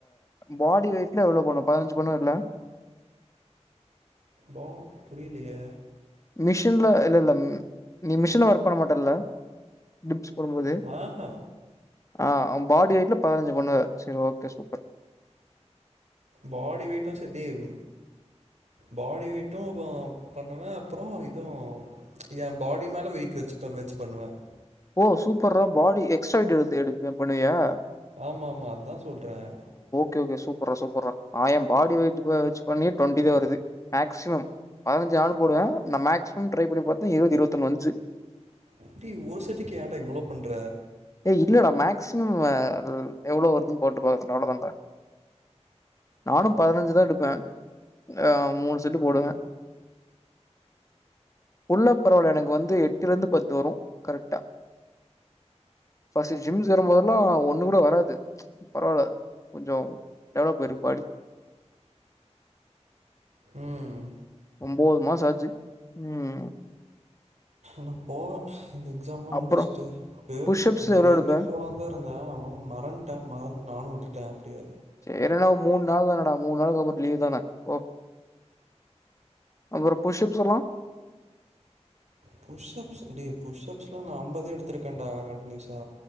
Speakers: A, on the left; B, on the right.
A: பாடி வெயிட்ல எவ்ளோ பண்ணுவ பதினஞ்சு பண்னுவ இல்ல
B: பா புரியலையே
A: மிஷின்ல இல்ல இல்ல நீ மிஷின்ல ஒர்க் பண்ண மாட்டல்ல டிப்ஸ் போடும் போது
B: ஆஹா
A: ஆஹ் பாடி வெயிட் ல பதினஞ்சு பண்ணுவ சரி ஓகே சூப்பர்
B: பாடி வெயிட்டும் செத்தேவ் பாடி வெயிட்டும் ப பண்ணுவேன் அப்புறம் இதுவும் என் பாடி மேல வெயிட் வெ வெச்சு பண்ணுவேன்
A: ஓ சூப்பர்ரா பாடி எக்ஸ்ட்ரா ட் எடு எடுக்குவேன் பண்ணுவியா
B: ஆமா ஆமா அதான் சொல்றேன்
A: கே ஓகே சூப்பர்ரா சூப்பர்ரா நான் என் பாடி வெயிட் பண்ணனும் வச்சு பண்ணி டுவெண்ட்டி த வருது மேக்சிமம் பதினஞ்சு ஆண்டு போடுவேன் நான் மேக்சிமம் டரை பண்ணி பாே இருபதுஇருபத்தி ஒன்னு வந்துச்சு
B: அப்டி ஒரு செட்டுக்கு ஏடா இவ்வளோ பண்ற
A: ஏஇல்லடா மேக்சிமம் எவ்வளோ வருதுன்னு போட்டு பா அவவ்வளவுதான் நானும் பதினஞ்சுதான் எடுப்பேன் ஆஹ் மூணு செட்டு போடுவேன் உள்ள பரவாயில்ல எனக்கு வந்து எட்டுல இருந்து பத்து வரும் கரெக்டா ஃபஸ்ட் ஜிம் வரும்போதெல்லாம் ஒண்ணு கூட வராது பரவால்ல கொஞ்சம் டெவலப் ஆயிரு பாடி
B: ம்
A: ஒம்போது மாசோ ஆச்சு ம்
B: னப்போ இந்த எக்ஸாம்லாம்
A: அப்புறம்
B: முடிச்ட்டு அ
A: புஷ் அப்ஸ்
B: இந்த
A: எவ்வளோ
B: லீவ்லே
A: எடுப்ப?
B: போலா தா இருந்தே அவன் மறந்ட்டே மறந்துட் நானு விட்டுட்டே டியே
A: சே என்னன்னா மூன் நாள் தானாடா மூன் நாளுக்கு அப்புறோ லீவ் தானே ஓ அப்புறோ புஷ்அப்ஸ் எல்லா
B: புஷ் அப்ஸ் டே புஷ் அப்ஸ்லா நா அம்பதே எடுத்துருக்கேன்டா கண்ட்னியூஸா